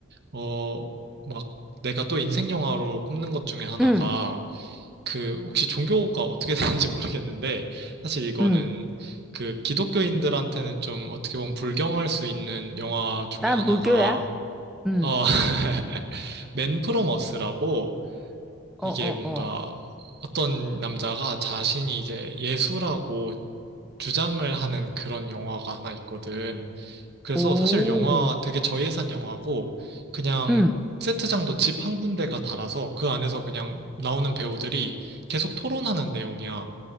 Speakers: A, on the right (about 55°); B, in the centre.
A: 어, 막 내가 또 인생 영화로 꼽는 것 중에 하나가
B: 응,
A: 그 혹시 종교가 어떻게 <laughs> 되는지 모르겠는데 사실 이거는
B: 응.
A: 그 기독교인들한테는 좀 어떻게 보면 불경할 수 있는 영화 중에
B: 나
A: 하나가
B: 무교야. 응.
A: 어, <laughs> 맨 프로머스라고
B: 어,
A: 이게
B: 어,
A: 뭔가
B: 어.
A: 어떤 남자가 자신이 이제 예수라고 주장을 하는 그런 영화가 하나 있거든. 그래서
B: 오.
A: 사실 영화 되게 저예산 영화고 그냥
B: 응.
A: 세트장도 집 한 군데가 달아서 그 안에서 그냥 나오는 배우들이 계속 토론하는 내용이야.